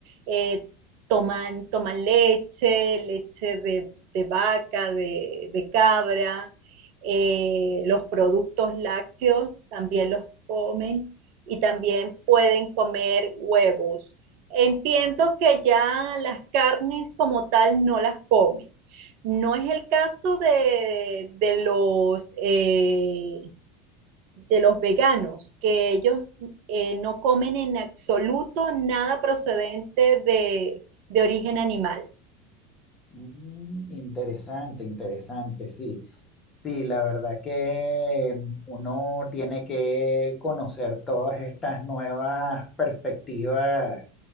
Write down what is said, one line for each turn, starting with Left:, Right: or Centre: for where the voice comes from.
Right: eh, toman, toman leche, leche de, de vaca, de de cabra eh, los productos lácteos también los comen y también pueden comer huevos. Entiendo que ya las carnes como tal no las comen. No es el caso de, de los, eh, de los veganos, que ellos eh, no comen en absoluto nada procedente de, de origen animal.
Left: Mm, interesante, interesante, sí. Sí, la verdad que mm, uno tiene que conocer todas estas nuevas perspectivas